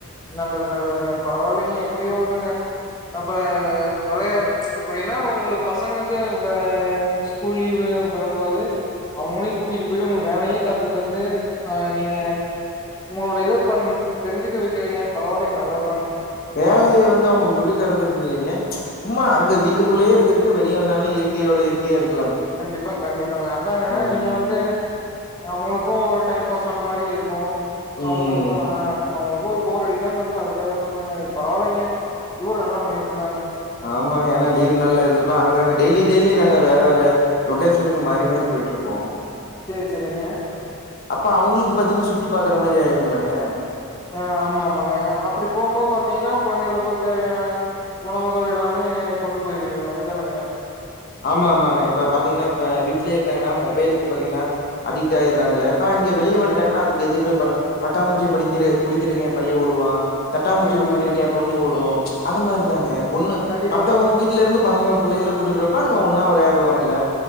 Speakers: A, on the left; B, on the left.
A: நல்லது நல்லதுங்க பரவால்லைங்க எப்படியோ ஒண்ணுங்க அப்ப வெளையா எப்டின்னா உங்களுக்கு பசங்களுக்கு அ ஸ்கூல் லீவு விடம் போது அவங்களையு கூட்டிட்டு போய் உங்க வேலையு கத்து தந்து அ நீங்க உங்களோட இத பண் தெரிஞ்சுக்க வைக் க்கிறீங்க பரவால்லைங்க நல்லதுதாங்க
B: வேலைய வந்து அவங்களுக்கு சொல்லி தரதுன் இல்லைங்க சும்மா அங்க வீட்டுக்குள்ளேயே இருக்குறக்கு வெளிய வந்தாங்கன்னா இயற்கையோட இயற்கையா இருக்
A: கண்டிப்பா கண்டிப்பாங்க அதாங்க
B: ம்.
A: நீங்க வந்து அவங்களுக்கு ஒரு டைம் பாஸ் ஆன மாரி இருக்கு
B: ம்.
A: அவுங்களுக்கு அவுங்களுக்கு போர் அடிக்காம இருக்கு அதுக்காக சொன்னங்க இது பரவால்லைங்க இது ஒரு நல்ல முயற்சி தாங்க
B: ஆமாங்க ஏனா லீவ் நாள்ள இருக்குப்ப அங்க அங்க டெய்லி டெய்லி நாங்க வேற வேற லொகேஷனுங்கு மாறி மாறி போயிட்ருப்போ
A: சேர் செரிங்க
B: அப்ப அவங்களுக்கு பாத்தீங்கன்னா சுத்தி பாக்குற மாரி ஆயிரும்லங்க
A: ஆ ஆமா ஆமாங்க அப்படி போம்போது பாத்தீங்கன்னா கொழந்தைகளுக்கு தேவையான உணவுகள் எல்லாமே கொண்டு போயிருவீங்க அப்படித்தானங்க
B: ஆமா ஆமாங்க இப்ப பாத்தீங்கன்னா இப்ப வீ்ட்லையே இருந்தாங்கன்னா மொபைலுக்கு பாத்தீங்கன்னா அடிக்ட் ஆய்டுறாங்கள அப்பா அங்க வெளிய
A: கண்டிப்பா
B: வன்டாங்கன்னா அதுக்கு எதுவுமே ப பட்டாமூச்சிய படிக்கிற புடிக்கிறக்கு என் பையன் ஓடுவா தட்டாம்பூச்சிய
A: கண்டிப்பா
B: புடிக்கிறக்கு
A: கண்டிப்பாங்க
B: என் பொண்ணு ஓடும் அது மாரிதாங்க பொண்ணு
A: கண்டிப்பாங்க
B: மத்தவங்க வீட்டுல இருந்து பசங்க புள்ளைகல கூட்டிட்டு வர னா அங்க ஒன்னா வெளையாடுவாங்கல